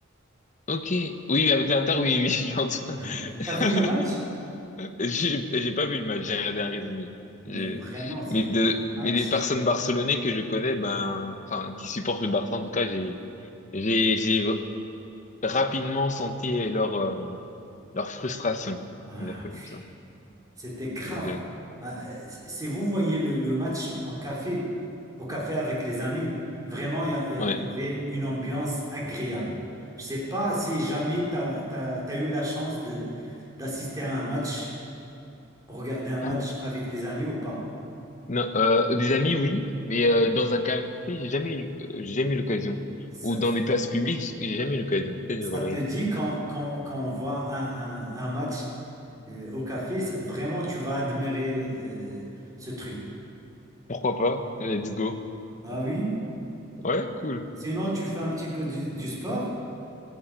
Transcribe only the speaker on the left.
Ok. Oui, avec l'Inter, oui, oui, <laughs> j'entends.
<laughs>
J'ai j'ai pas vu le match, j'ai regardé un résumé.
J'ai-
Mais de,
mais les personnes barcelonaises que je connais, ben, enfin, qui supportent le Barça, en tout cas, j'ai, j'ai, j'ai rapidement senti leur, euh, leur frustration.
On va dire ça comme ça.
Je-
Ouais.
Ah,
Non, euh, des amis, oui, mais euh, dans un café, j'ai jamais eu, euh, j'ai jamais eu l'occasion.
Ou dans des places publiques, j'ai jamais eu l'occasion. Peut-être
que j'aurais
essayé.
Pourquoi pas? Let's go.
Ouais, cool.